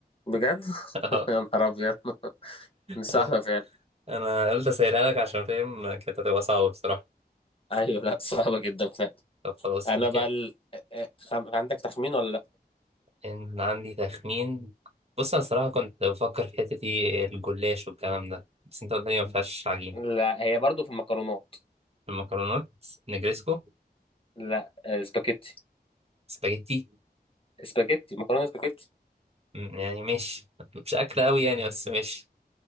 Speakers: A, on the left (about 35°); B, on the right (about 40°).
A: بجد <laughs>
B: <laughs>
A: يا نهار أبيض مش صعبة
B: أنا
A: فعلا
B: أنا قلت أسألها لك عشان فاهم كانت هتبقى صعبة بصراحة
A: أيوة لأ صعبة جدا فعلا
B: طب خلاص
A: أنا
B: احنا كده
A: بقى ال... آه، آه، خم... عندك تخمين ولا لأ
B: إن عندي تخمين بص أنا صراحة كنت بفكر في حتة إيه الجلاش والكلام ده بس أنت قلت لي ما فيهاش عجينة
A: لا هي برضو في المكرونات
B: المكرونات نجريسكو
A: لا آه، سباكيتي
B: سباجيتي
A: سباكيتي مكرونه سباكيتي
B: م، يعني ماشي مش أكل أوي يعني بس ماشي